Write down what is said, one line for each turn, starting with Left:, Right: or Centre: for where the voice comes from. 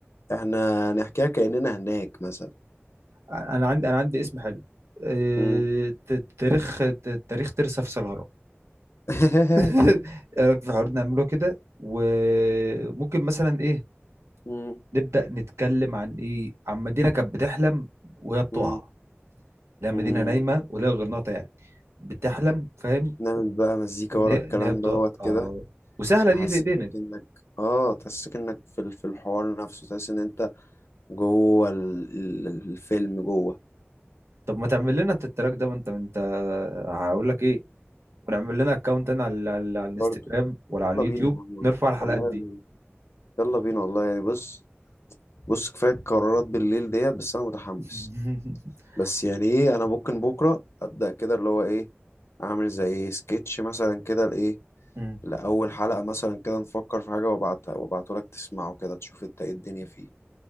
Left: احنا نحكيها كأننا هناك مثلا
Right: انا عندي انا عندي اسم حلو آه،
Left: مم.
Right: ت- تاريخ ت- تاريخ ترسة في سلهرة
Left: <laughs>
Right: <laughs> ايه رأيك في الحوار نعمله كده وممكن مثلا ايه
Left: مم.
Right: نبدأ نتكلم عن ايه عن مدينة كانت بتحلم وهي بتقع
Left: مم.
Right: لا مدينة
Left: مم.
Right: نايمة ولا غرناطة يعني بتحلم فاهم
Left: نعمل بقى مزيكا
Right: ان
Left: ورا
Right: هي
Left: الكلام
Right: إن هي بتوقع
Left: دوت كده
Right: اه وسهله
Left: تحسسك
Right: دي في ايدينا دي
Left: انك اه تحسسك انك في ال- في الحوار نفسه تحس ان انت جوه ال- ال- الفيلم جوه
Right: طب ما تعمل لنا انت التراك ده ما انت ما انت هقول لك ايه ونعمل لنا اكونت انا على على, على الانستجرام
Left: برضه
Right: ولا
Left: يلا
Right: على اليوتيوب
Left: بينا يا عم والله
Right: نرفع الحلقات
Left: والله
Right: دي
Left: يعني يلا بينا والله يعني بص بص كفاية قرارات بالليل ديت بس أنا متحمس
Right: <laughs>
Left: بس يعني إيه أنا ممكن بكرة أبدأ كده اللي هو إيه أعمل زي سكتش مثلا كده لإيه
Right: مم.
Left: لأول حلقة مثلا كده نفكر في حاجة وأبعتها وأبعته لك تسمعه كده تشوف أنت إيه الدنيا فيه